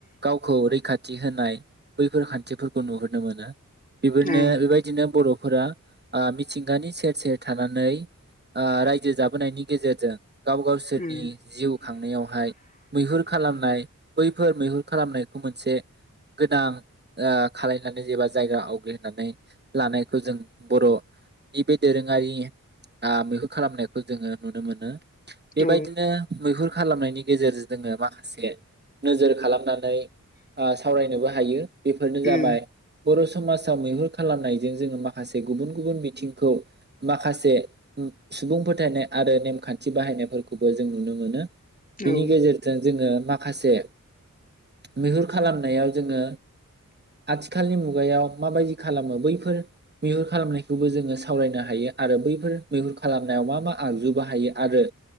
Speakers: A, on the right (about 30°); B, on the left (about 25°).
A: गावखौ रैखा थि होनाय बैफोर खान्थिफोरखौ नुहुरनो मोनो बेफोरनो
B: उम
A: बेबायदिनो बर' फोरा ओ मिथिंगानि सेर सेर थानानै ओ रायजो जाबोनायनि गेजेरजों गाव गावसोरनि
B: उम
A: जिउ खांनायावहाय मैहुर खालामनाय बै फोर मैहुर खालामनायखौ मोनसे गोनां ओ खालायनानै जेबा जायगा आवग्रिनानै लानायखौ जों बर'नि बे दोरोङारि ओ मैहुर खालामनायखौ जोङो नुनो मोनो बेबायदिनो
B: औ
A: मैहुर खालामनायनि गेजेरजों जोङो माखासे नोजोर खालामना नै फरायनोबो हायो। बेफोरनो जाबाय
B: उम
A: बर' समाजाव मैहुर खालामनायजों जोङो माखासे गुबुन गुबुन बिथिंखौ माखासे सुबुं फोथायनाय आरो नेमखान्थि बाहायनायफोरखौबो जों नुनो मोनो। बिनि
B: औ
A: गेजेरजों जोङो माखासे मैहुर खालामनायाव जोङो आथिखालनि मुगायाव माबायदि खालामो बैफोर मैहुर खालामनायखौबो जोङो सावरायनो हायो आरो बैफोर मैहुर खालामनायाव मा मा आगजु बाहायो आरो